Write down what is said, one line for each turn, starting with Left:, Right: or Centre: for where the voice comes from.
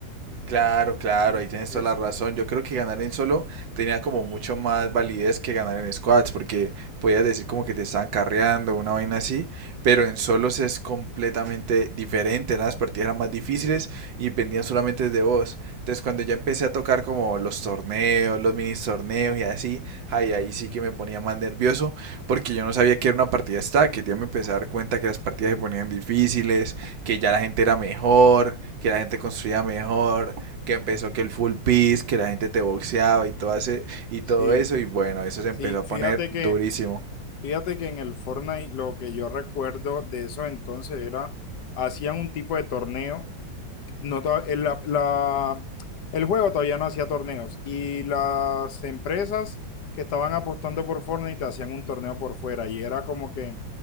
Right: Claro, claro,
Left: Entonces,
Right: ahí tienes
Left: eso,
Right: toda la razón. Yo creo que ganar en solo tenía como mucho más validez que ganar en squads, porque podías decir como que te estaban carreando, una vaina así, pero en solos es completamente diferente, las partidas eran más difíciles y dependían solamente de vos. Entonces cuando ya empecé a tocar como los torneos, los mini torneos y así, ay, ahí sí que me ponía más nervioso, porque yo no sabía que era una partida stack, que ya me empecé a dar cuenta que las partidas se ponían difíciles, que ya la gente era mejor, que la gente construía mejor que empezó que el full piece, que la gente te boxeaba y todo, hace, y todo
Left: sí,
Right: eso, y bueno, eso se empezó
Left: sí,
Right: a
Left: fíjate
Right: poner durísimo.
Left: que, fíjate que en el Fortnite lo que yo recuerdo de eso entonces era, hacían un tipo de torneo no, el, la- la- el juego todavía no hacía torneos y las empresas que estaban apostando por Fortnite hacían un torneo por fuera y era como que